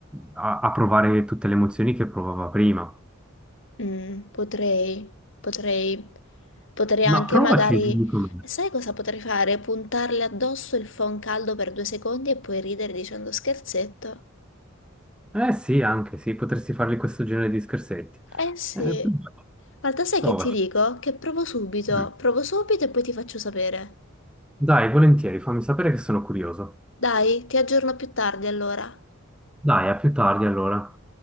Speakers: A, in the centre; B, on the left (about 65°).
A: a, a provare tutte le emozioni che provava prima.
B: Mm, potrei, potrei, potrei anche
A: Ma provaci,
B: magari,
A: e dimmi com'è.
B: sai cosa potrei fare? Puntarle addosso il phon caldo per due secondi e poi ridere dicendo scherzetto.
A: Eh sì, anche sì, potresti fargli questo genere di scherzetti.
B: Eh sì.
A: Eh, provaci.
B: Guarda, sai
A: provaci.
B: che ti dico? Che provo subito,
A: Mm.
B: provo subito e poi ti faccio sapere.
A: Dai, volentieri, fammi sapere che sono curioso.
B: Dai, ti aggiorno più tardi allora.
A: Dai, a più tardi allora.